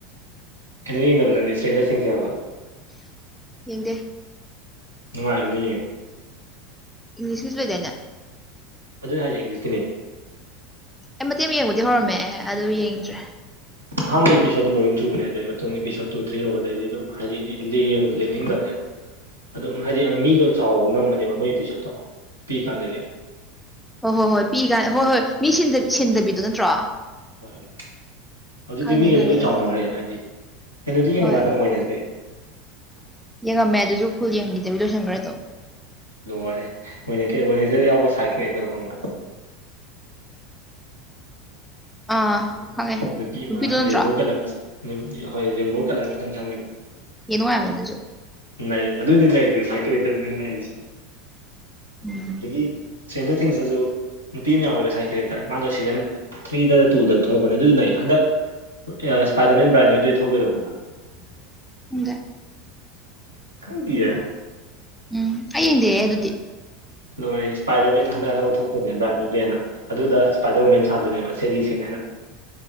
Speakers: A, on the right; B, in the centre.
A: ꯀꯩꯅꯣ ꯌꯦꯡꯗꯕ ꯅꯪꯗꯤ ꯏꯁꯇ꯭ꯔꯦꯟꯖꯔꯁꯤꯡꯁ ꯌꯦꯡꯕ
B: ꯌꯦꯗꯦ
A: ꯅꯨꯡꯉꯥꯏꯕꯅꯤ ꯌꯦꯡ
B: ꯏꯪꯂꯤꯁ ꯃꯤꯁ ꯂꯩꯩꯗꯅ
A: ꯑꯗꯨꯅꯤ ꯍꯥꯏꯁꯦ ꯏꯪꯂꯤꯁꯀꯤꯅꯤ
B: ꯑꯩ ꯃꯇꯦꯛ ꯑꯃ ꯌꯦꯡꯕꯨꯗꯤ ꯍꯧꯔꯝꯃꯦ ꯑꯗꯨ ꯌꯦꯡꯗ꯭ꯔꯦ
A: ꯑꯍꯥꯟꯕ ꯑꯦꯄꯤꯁꯣꯗ ꯕꯔꯤꯡ ꯇꯨꯕꯅꯦ ꯑꯗꯨꯗꯩ ꯃꯇꯨꯡ ꯏꯄꯤꯁꯣꯠ ꯇꯨ ꯊ꯭ꯔꯤ ꯌꯧꯕꯗꯩꯗꯤ ꯑꯗꯨꯝ ꯍꯥꯏꯗꯤ ꯌꯦꯡꯕ ꯂꯦꯞꯅꯤꯡꯗꯕꯅꯦꯕ ꯑꯗꯨꯝ ꯍꯥꯏꯗꯤ ꯃꯤꯗꯣ ꯆꯥꯎꯕ ꯅꯝꯕꯅꯦꯕ ꯃꯣꯏ ꯏꯄꯤꯁꯣꯠꯇꯣ ꯄꯤ ꯀꯥꯟꯗꯒꯦ
B: ꯑꯣ ꯍꯣꯏ ꯍꯣꯏ ꯍꯣꯏ ꯄꯤ ꯀꯥꯟ ꯍꯣꯏ ꯍꯣꯏ ꯃꯤ ꯁꯤꯟꯗꯕꯤꯗꯣ ꯅꯠꯇ꯭ꯔꯣ
A: ꯍꯣꯏ ꯍꯣꯏ ꯍꯧꯖꯤꯛꯇꯤ
B: ꯈꯪꯉꯦ
A: ꯃꯤꯒꯗ
B: ꯈꯪꯉꯦ
A: ꯂꯣꯏ
B: ꯑꯗꯨꯗꯣ
A: ꯆꯥꯎꯅꯈ꯭ꯔꯦ ꯍꯥꯏꯗꯤ ꯍꯦꯅꯣꯗꯤ ꯌꯦꯡꯕ꯭ꯔꯥ
B: ꯍꯣꯏ
A: ꯅꯪ ꯑꯣꯏꯅꯁꯦ
B: ꯌꯦꯡꯉꯝꯃꯦ ꯑꯗꯨꯁꯨ ꯐꯨꯜ ꯌꯦꯡꯈꯤꯗꯕꯤ ꯂꯣꯏꯁꯤꯟꯈ꯭ꯔꯦ ꯇꯧ
A: ꯂꯣꯏꯔꯦ ꯃ ꯃꯅꯦꯖꯔꯗ ꯌꯥꯎꯕ ꯁꯥꯏ ꯀꯦꯀꯗ ꯈꯪꯅ
B: ꯑꯥ ꯈꯪꯉꯦ
A: ꯅꯨꯄꯤ ꯑꯃ
B: ꯅꯨꯄꯤꯗꯣ ꯅꯠꯇ꯭ꯔꯣ
A: ꯔꯦꯟꯕꯣ ꯀꯂꯔ ꯍꯣꯏ ꯔꯦꯟꯕꯣ ꯀꯂꯔ ꯃ ꯁꯪꯕꯤꯕ
B: ꯌꯡ ꯅꯨꯡꯉꯥꯏꯕꯅꯤ ꯑꯗꯨꯨꯖꯣ
A: ꯂꯩ ꯑꯗꯨꯅꯤ ꯂꯩꯔꯤꯁꯦ ꯁ꯭ꯋꯥꯏ ꯀꯔꯤꯗ ꯑꯗꯨꯅꯤ ꯂꯩꯔꯤꯁꯦ
B: ꯎꯝ
A: ꯑꯗꯒꯤ ꯆꯦꯟꯖꯔ ꯊꯤꯡꯁꯇꯁꯨ ꯅꯨꯄꯤ ꯑꯃ ꯌꯥꯎꯋꯕ ꯁꯥꯏꯠ ꯀꯦꯔꯦꯛꯇꯔ ꯃꯥꯗꯣ ꯁꯤꯖꯟ ꯊ꯭ꯔꯤꯗ ꯇꯨꯗ ꯊꯣꯛꯂꯛꯄꯅꯦ ꯑꯗꯨꯗꯨ ꯅ ꯍꯟꯗꯛ ꯑꯦ ꯏꯁꯄꯥꯏꯗꯔꯃꯦꯟ ꯕꯔꯥꯅꯤꯗꯨꯗꯤ ꯊꯧꯗꯣꯏꯔꯛ
B: <unintelligible>
A: ꯈꯪꯗꯤꯌꯥ
B: ꯎꯝ ꯑꯩ ꯌꯦꯡꯗꯤꯑ ꯑꯗꯨꯗꯤ
A: ꯂꯣꯏ ꯏꯁꯄꯥꯏꯗꯔꯃꯦꯟ ꯍꯟꯗꯛ ꯍꯟꯅ ꯂꯧꯊꯣꯛꯄꯅꯦ ꯕ꯭ꯔꯥꯅꯤꯗꯅ ꯑꯗꯨꯗ ꯏꯁꯄꯥꯏꯗꯔꯋꯃꯦꯟ ꯁꯥꯗꯨꯅꯦꯕ ꯁꯦꯗꯤꯁꯤꯡ ꯍꯥꯏꯅ